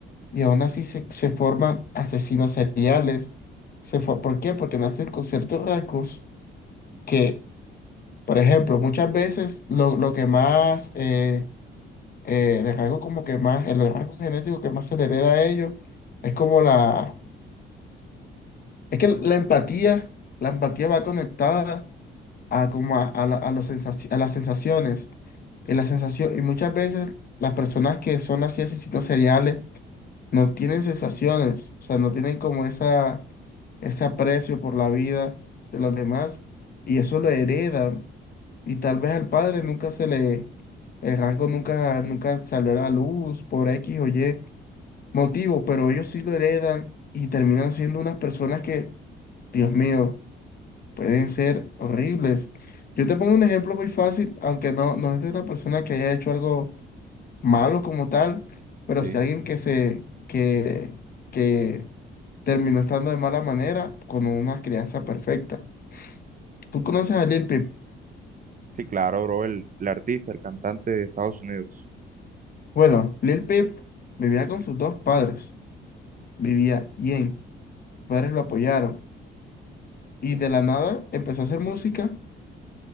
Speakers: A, on the left; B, on the right.
A: y aún así se, se forman asesinos seriales. Se for- ¿Por qué? Porque nacen con ciertos rasgos que Por ejemplo, muchas veces lo, lo que más, eh, eh, el rasgo como que más, el rasgo genético que más se le hereda a ellos es como la, es que la empatía, la empatía va conectada a como a, a la- a los sensaci- a las sensaciones, y la sensación, y muchas veces las personas que son así asesinos seriales no tienen sensaciones, o sea, no tienen como esa ese aprecio por la vida de los demás y eso lo
B: Sí,
A: heredan. Y tal vez al padre nunca se le, el rasgo nunca, nunca salió a la luz por X o Y motivo, pero ellos sí lo heredan y terminan siendo unas personas que, Dios mío, pueden ser horribles. Yo te pongo un ejemplo muy fácil, aunque no, no es de una persona que haya hecho algo malo como tal, pero
B: sí.
A: si alguien que se, que, que terminó estando de mala manera con una crianza perfecta. ¿Tú conoces a Lil Peep?
B: sí, claro, bro, el, el artista, el cantante de Estados Unidos.
A: Bueno, Lil Peep vivía con sus dos padres, vivía bien, sus padres lo apoyaron y de la nada empezó a hacer música,